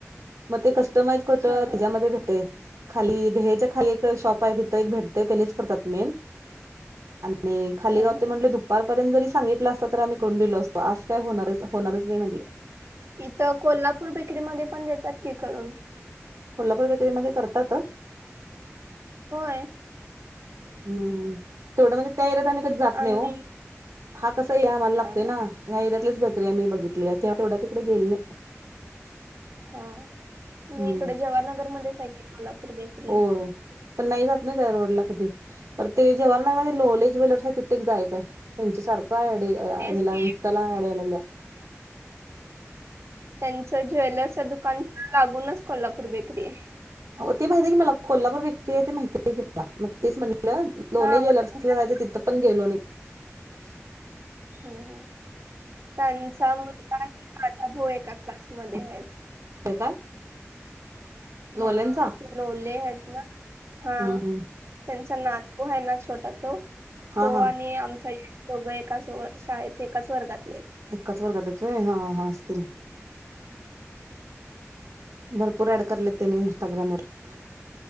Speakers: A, on the right; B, on the right.
A: मग ते कस्टमाइज करत त्यािच्यामध्ये
B: हा हा
A: भेटय. खाली देहाच्या खाली एक शॉप आहे तिथ एक भेटतय त्यानीच करतात मेन. आणि खाली
B: हा
A: गावते
B: हा
A: म्हटले दुपारपर्यंत जरी सांगितलं असता तर आम्ही करून दिलो असतो आज काय होणार होणारच हनाही म्हंटले.
B: इथं कोल्हापूर बेकरी म पण देतात की करून.
A: कोल्हापूर बेकरीमध्ये करतात.
B: होय.
A: हम्मम् तेवढं म्हणजे त्या एरियात कधी जात नाही
B: आम्ही
A: हो. हा कसा आहे ए आम्हाला लागतोय
B: हा हा
A: ना ह्या च बकरीया मी बघित तेवढा तिकडे गेल नाही.
B: हा
A: हम्म
B: मी इकडे जवाहरनगरमध्येध्येचऐक कोल्हापूर बेकरी.
A: होय पण नाही जात नाही त्या रोडला कधी तर ते जवारनामध्ये
B: हा,
A: लोले ज्वेलर्स आहे तित्येक जायचं आहे त्यांच्या सारखं. काय आय डी
B: तेच
A: हिला
B: की
A: इन्स्टा ला आय डी यायलागल्या.
B: त्यांच ज्वेलरस दुकान लागूनच कोल्हापूर बेकरी.
A: ते माहित आहे की मला कोल्हावरर वेक आहे ते माहित आहे की मला मग तेच म्ह लोले
B: हा मग
A: ज्वेलर्सला
B: त्यांच्याच
A: जायचं तिथं पण गेलो नाही.
B: हम् त्यांचा मुगला माझा भाऊ एका क्लासमध्ये आहेत.
A: होय काय. लोल्यांचा?
B: हा ते लोले आहेत ना हा
A: हम्म हम्म
B: त्यां नातो आहे ना छोटा तो
A: हा
B: तो
A: हा
B: आणि आमचाश दोघं एकाच व शाळेत एकाच वर्गातले.
A: एकाच वर्गात आहित होय हा हा असतील. भरपूर ऍड करले त्यांने इन्स्टाग्रामवरर.